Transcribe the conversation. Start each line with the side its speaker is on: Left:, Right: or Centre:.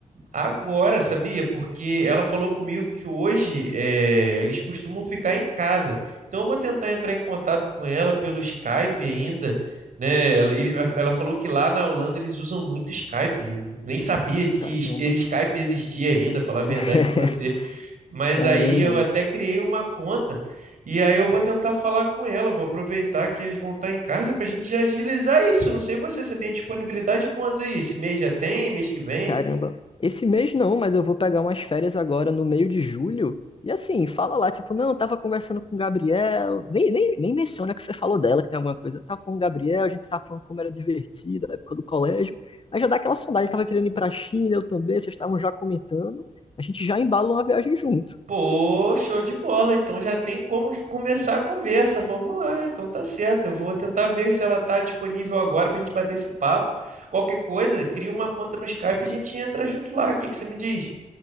Right: Agora, sabia? Porque ela falou comigo que hoje eh, eles costumam ficar em casa. Então, eu vou tentar entrar em contato com ela pelo Skype ainda, né? Ela, ele- ela falou que lá na Holanda eles usam muito Skype. Nem sabia de que
Left: Caramba.
Right: es- Skype existia ainda, falar a verdade
Left: <laughs>
Right: para você. Mas
Left: Caramba.
Right: aí eu até criei uma conta e aí eu vou tentar falar com ela. Vou aproveitar que eles vão estar em casa para a gente já agilizar isso. Não sei você, você tem disponibilidade quando aí? Esse mês já tem? Mês que vem?
Left: Caramba, esse mês não, mas eu vou pegar umas férias agora no meio de julho. E assim, fala lá, tipo, não, eu tava conversando com o Gabriel. Nem, nem, nem menciona que você falou dela, que tem alguma coisa. Tava com o Gabriel, a gente tava falando como era divertido, a época do colégio. Aí já dá aquela sondagem, ele tava querendo ir pra China, eu também, vocês estavam já comentando. A gente já embala uma viagem junto.
Right: Pô, show de bola. Então já tem como começar a conversa. Vamos lá. Então tá certo. Eu vou tentar ver se ela tá disponível agora pra gente bater esse papo. Qualquer coisa, cria uma conta no Skype e a gente entra junto lá. O que que você me diz?